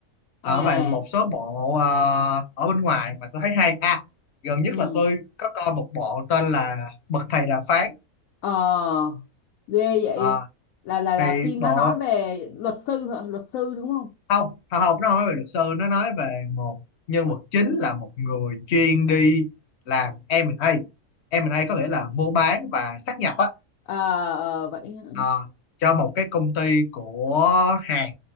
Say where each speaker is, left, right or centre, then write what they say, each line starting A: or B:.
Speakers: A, on the left; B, on the left.
A: à
B: ở vậy một số bộ ờ, ở bên ngoài mà tôi thấy hay à gần nhất
A: ừ
B: là tôi có coi một bộ tên là Bậc Thầy Đàm Phán
A: ờ ghê vậy
B: Ờ,
A: là là là
B: thì
A: phim
B: bộ
A: nó nói về luật sư hả luật sư đúng không
B: không không không, nó không nói về luật sư nó nói về một nhân vật chính là một người chuyên đi làm M&A M&A có nghĩa là mua bán và sát nhập á
A: ờ ờ, vậy hả?
B: ờ, cho một cái công ty của Hàn